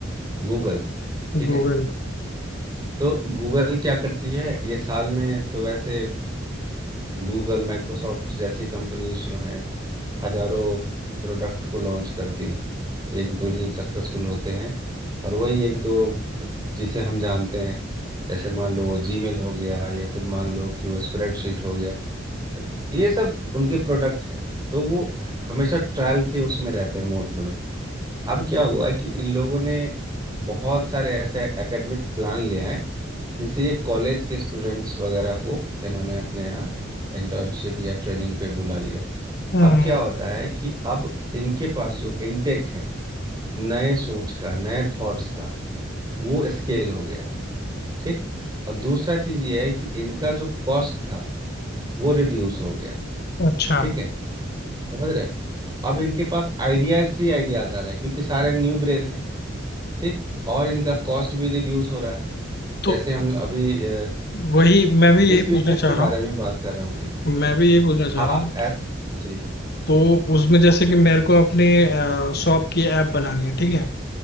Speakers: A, on the right; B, on the left.
A: गूगल ठीक
B: गूगल
A: है तो गूगल क्या करती है ये साल में तो वैसे गूगल माइक्रोसॉफ्ट जैसी कंपनीज जो हैं हजारों प्रोडक्ट को लॉन्च करती एक दो ही सक्सेसफुल होते हैं और वही एक दो जिसे हम जानते हैं जैसे मान लो जीमेल हो गया या फिर मान लो कि वो स्प्रेडशीट हो गया ये सब उनके प्रोडक्ट है तो वो हमेशा ट्रायल के उसमें रहते हैं मोड में अब क्या हुआ कि इन लोगों ने बहुत सारे ऐसे एकेडमिक प्लान ले आए जिससे ये कॉलेज के स्टूडेंट्स वगैरह को इन्होंने अपने यहाँ इंटर्नशिप या ट्रेनिंग पर बुला लिया
B: हम्म
A: अब क्या होता है कि अब इनके पास जो इनटेक है नए सोच का नए थॉट्स का वो स्केल हो गया ठीक और दूसरा चीज ये है कि इनका जो कॉस्ट था वो रिड्यूस हो गया
B: अच्छा
A: ठीक है समझ रहे हैं? अब इनके पास आइडियाज ही आइडियाज आ रहे हैं क्योंकि सारे न्यू ब्रेन है ठीक और इनका कॉस्ट भी रिड्यूस हो रहा है
B: तो
A: जैसे हम लोग अभी अ,
B: वही मैं भी यही
A: इस बिजनेस
B: पूछना चाह
A: के
B: रहा
A: बारे
B: हूँ
A: में बात कर रहा हूँ मैं
B: मैं भी यही पूछना चाह
A: आप
B: रहा हूँ
A: एस जी
B: तो उसमें जैसे कि मेरे को अपनी शॉप की ऐप बनानी है ठीक है